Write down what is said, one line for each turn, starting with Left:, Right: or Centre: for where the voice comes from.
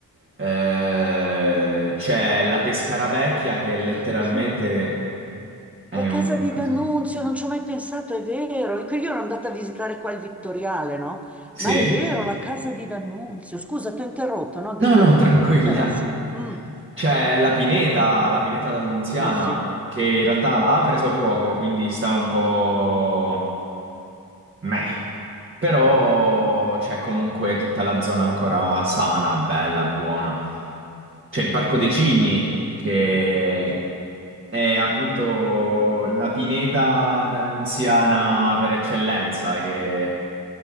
Right: eh, c'è la Pescara
Centre: Ah,
Right: Vecchia che letteralmente
Centre: cacchio.
Right: è
Centre: La casa
Right: un qualcosa
Centre: di D'Annunzio,
Right: di...
Centre: non ci ho mai pensato, è vero. E quindi io ero andata a visitare qua il Vittoriale, no?
Right: Sì?
Centre: Ma è vero, la casa di D'Annunzio. Scusa, ti ho interrotto, no?
Right: No,
Centre: Dimmi,
Right: no,
Centre: dimmi,
Right: <laughs> tranquilla.
Centre: che mi interessa. Mm.
Right: C'è la Pineta, la Pineta d'Annunziana,
Centre: Ah, sì.
Right: che in realtà ha preso fuoco, quindi sta un po'... meh.
Centre: Mm,
Right: Però
Centre: sì.
Right: c'è comunque tutta la zona ancora sana, bella, buona. C'è il Parco dei Cigni, che
Centre: Cos'è?
Right: è appunto la pineta d'Annunziana per eccellenza, che